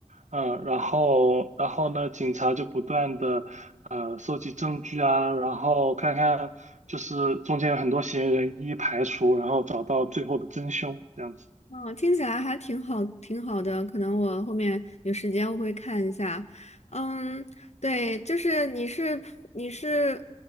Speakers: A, on the right (about 80°); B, on the left (about 65°).
A: 嗯，然后然后呢，警察就不断的呃收集证据啊，然后看看就是中间有很多嫌疑人一一排除，然后找到最后的真凶，这样子。
B: 嗯，听起来还挺好，挺好的。可能我后面有时间我会看一下。嗯，对，就是你是你是